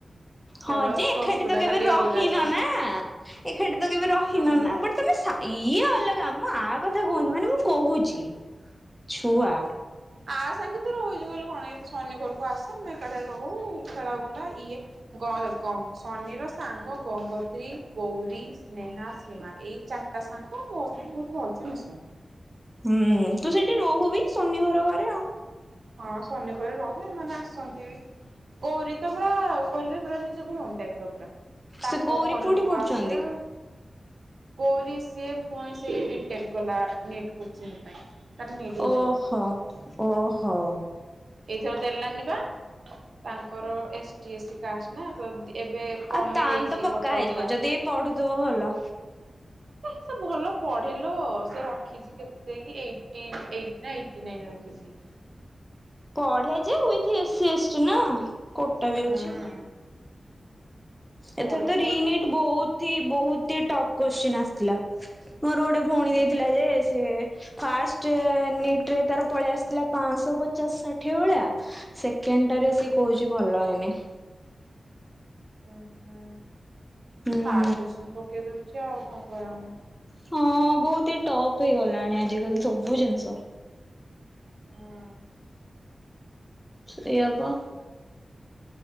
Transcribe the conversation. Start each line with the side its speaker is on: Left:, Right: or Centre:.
Right: କେବଳ
Centre: ହଁ ଯେ
Right: ପ୍ଲସ
Centre: ଏକାଠି
Right: ଟୁ
Centre: ତ
Right: ଟା
Centre: କେବେ
Right: ଖାଲି
Centre: ରହିନ
Right: ଅଲଗା ଯାହା
Centre: ନା। ଏକାଠି ତ କେବେ ରହିନ
Right: ରହିଲା
Centre: ନା ବଟ୍ ତମେ ସା ଇଏ ଅଲଗା ମୁଁ ଆ କଥା କହୁନି ମାନେ ମୁଁ କହୁଛି ଛୁଆ
Right: ଆ ସାଙ୍ଗେ ତ ରହିଛୁ ବୋଲି କଣ ଇଏ ତ ଶନି ଘରକୁ ଆସେ ଆମେ ଏକାଠି ରହୁ ଖେଳା ବୁଲା ଇଏ ଗ--ଗ ସନ୍ନିର ସାଙ୍ଗ ଗଙ୍ଗୋତ୍ରୀ, ଗୌରୀ, ସ୍ନେହା, ଶ୍ରୀମାନ। ଏଇ ଚାରିଟା ସାଙ୍ଗ ମୋ ସାଙ୍ଗେ ବହୁତ ଭଲସେ ମିଶନ୍ତି।
Centre: ହୁଁ ତୁ ସେଇଠି ରହୁବି ଶନି ଘର ଘରେ ଆଉ।
Right: ହଁ ଶନି ଘରେ ରହେ ଏମାନେ ଆସନ୍ତି ବି। ଗୌରୀ ତ ପୁରା କହିଲି ପୁରା ନିଜ ଭଉଣୀ ଟାଇପ ର ପୁରା। ତାଙ୍କ
Centre: ସେ ଗୌରୀ
Right: ଘର
Centre: କୋଉଠି
Right: ଲୋକ
Centre: ପଢୁଛନ୍ତି
Right: ଆସିବେ। ଗୌରୀ ସିଏ ପୁଣି ସେଇ ବିଟେକ୍ ଗଲା ନିଟ କୋଚିଂ ପାଇଁ। ତାର ନିଟ୍ ହେଇଯିବ
Centre: ଓହୋ ଓହୋ।
Right: ଏଇଥର ଦେଲାନି ବା ତାଙ୍କର S T S C caste ନା ତ ଏବେ କମେଇ
Centre: ଆଉ ତାନ୍
Right: ଦେଇଛି
Centre: ତ ପକ୍କା
Right: କଟଅପ୍
Centre: ହେଇଯିବ
Right: ଟା।
Centre: ଯଦି ପଢୁଥିବ ଭଲ।
Right: ହେ ସେ ଭଲ ପଢେଲୋ ସେ ରଖିଛି କେତେକି ଏଇଟି ଏଇଟ ନା ଏଇଟି ନାଇନ ରଖିଛି।
Centre: ପଢେ ଯେ with S C - S T ନା କୋଟା ବି
Right: ହୁଁ
Centre: ଅଛି। ଏଥର
Right: ଭଲ
Centre: ତ
Right: ପଢେ
Centre: ରି-ନିଟ
Right: ହଁ
Centre: ବହୁତ ହି ବହୁତ ହି ଟପ୍ କୋଶ୍ଚିନ୍ ଆସି ଥିଲା। ମୋର ଗୋଟେ ଭଉଣୀ ଦେଇଥିଲା ଯେ ସେ ଫାଷ୍ଟ ଯେ ନିଟ୍ ରେ ତାର ପଳେଇ ଆସିଥିଲା ପାଁଶହ ପଚାଶ ଷାଠିଏ ଭଳିଆ ସେକ୍ ସେକେଣ୍ଡଟା ରେ
Right: ହୁଁ।
Centre: ସିଏ କହୁଛି ଭଲ ହେଇନି।
Right: ଉଁ ହୁଁ।
Centre: ହୁଁ।
Right: ହାର୍ଡ କୋସ୍ଚିନ ପକେଇ ଦଉଛି ଆଉ କଣ କରା ହବ।
Centre: ହଁ ବହୁତ ହି ଟଫ୍ ହେଇଗଲାଣି ଆଜିକାଲି ସବୁ ଜିନିଷ।
Right: ହୁଁ।
Centre: ସେଇଆ ବା।